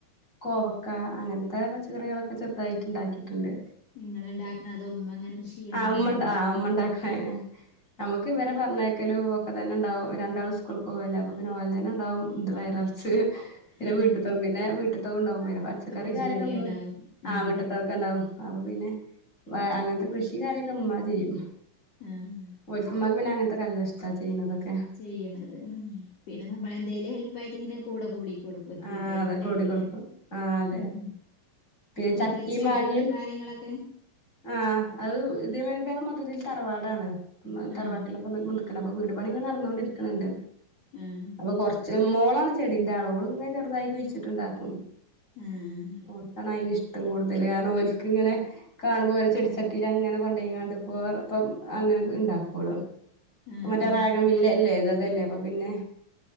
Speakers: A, on the left; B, on the left.
A: കോവക്ക അങ്ങൻത്തെ പച്ചക്കറികളൊക്കെ ചെർതായിട്ട് ഇണ്ടാക്കിയിട്ട്ണ്ട്.
B: നിങ്ങള് ഇണ്ടാക്ക്ണോ അതോ ഉമ്മങ്ങനെ കൃഷിയ്യ്ണതാണോ?
A: ഉമ്മണ്ട ആഹ് ഉമ്മ ഇണ്ടാക്കണന്നേ. നമുക്ക് ഇവരെ ക്കലും ഒക്കെ തന്നെ ഇണ്ടാവും. രണ്ടാളും സ്കൂൾക്ക് പൂവല്ലേ. അപ്പ പിന്നെ ഓൽതന്നെ ഇണ്ടാവും ഇത് വയറർ ച്ച് പിന്നെ
B: ആഹ്
A: വീട്ടിത്തതും. പിന്നെ വീട്ട്ത്തതുണ്ടാവും. പിന്നെ പച്ചക്കറി
B: വീട്ടു
A: കാരൊക്കെ
B: ജോലി
A: മ്മ
B: ഇണ്ടാവും
A: ആ
B: ആഹ്
A: വീട്ട്ത്ത ക്കണ്ടാവും. അപ്പോ പിന്നെ അങ്ങൻത്തെ കൃഷിക്കാര്യോക്കെ മ്മാ ചെയ്യും
B: ആഹ്
A: ഓൽക്ക് ഉമ്മാക്ക് പിന്നെ അങ്ങൻത്തെക്കെ ഇഷ്ടാ ചെയ്യ്ണതൊക്കെ
B: ചെയ്യണത്. പിന്നെ നമ്മളെ എന്തേലും ഹെൽപ് ആയിട്ട് ഇങ്ങനെ കൂടെ കൂടി കൊടുക്കും. ഫ്രീ
A: ആഹ്
B: ടൈം
A: അതെ
B: ഇണ്ടെങ്കില്.
A: കൂട്ടി കൊടുക്കും അതെ
B: ആഹ്
A: പിന്നെ
B: വീട്ടില്
A: ചക്കിം
B: ചെടികള്
A: മാങ്ങിം
B: കാര്യങ്ങളൊക്കെ
A: ആഹ് അത് ഇതേമാരിക്ക് ഞങ്ങൾ മൊത്തത്തിൽ തറവാടാണ്. ഉം തറവാട്ടിലും
B: ആഹ്
A: ന്ന് വന്തുക്ക്ണ്. അപ്പോ വീട് പണി ഇങ്ങനെ നടന്നൊണ്ടിരിക്കണ് ണ്ട്.
B: ആഹ്
A: അപ്പോ കൊറച്ച് മോളാണ് ചെടിന്റെ ആള്. ഓള് ഇങ്ങെനെ ചെറുതായി കുയിച്ചിട്ട്ണ്ടാക്കും.
B: ആഹ്
A: ഓർക്കാണ് അയിന്ഷ്ട കൂടുതല് കാരണം ഓൽക്ക്ങ്ങനെ കാണുമ്പോ ഒരോ ചെടിച്ചട്ടിലങ്ങനെ കൊണ്ടയിങ്കാണ്ട് പ്പോ ഇപ്പം അങ്ങനെണ്ടാക്കോള്ള്
B: ആഹ് ആഹ്
A: മറ്റേ റേഗംവില്ലല്ലേ ഇത് അതല്ലേ അപ്പോ പിന്നെ